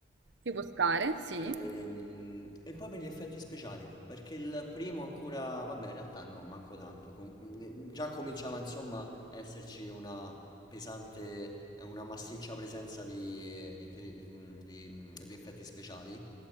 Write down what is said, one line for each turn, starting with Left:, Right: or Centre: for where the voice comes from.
Right: Ci può stare, sì.
Left: Ehm, E, poi per gli effetti speciali, perché il primo ancora, vabbè, in realtà no, manco tanto. Com- mm, già cominciava insomma a esserci una pesante, eh, una massiccia presenza di, di- di- di- di effetti speciali.